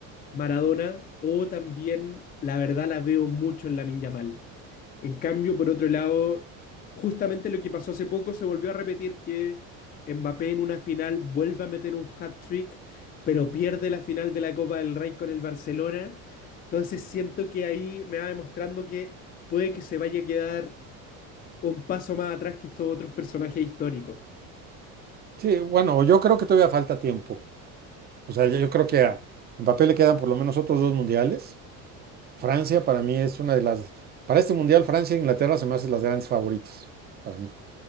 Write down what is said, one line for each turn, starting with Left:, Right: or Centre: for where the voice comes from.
Left: Maradona, o también, la verdad, la veo mucho en la Yamal. En cambio, por otro lado, justamente lo que pasó hace poco se volvió a repetir que Mbappé en una final vuelve a meter un hat-trick, pero pierde la final de la Copa del Rey con el Barcelona. Entonces siento que ahí me va demostrando que puede que se vaya a quedar un paso más atrás que estos otros personajes históricos.
Right: Sí, bueno, yo creo que todavía falta tiempo. O sea, yo yo creo que a Mbappé le quedan por lo menos otros dos mundiales. Francia para mí es una de las, para este mundial Francia e Inglaterra se me hacen las grandes favoritas para mí.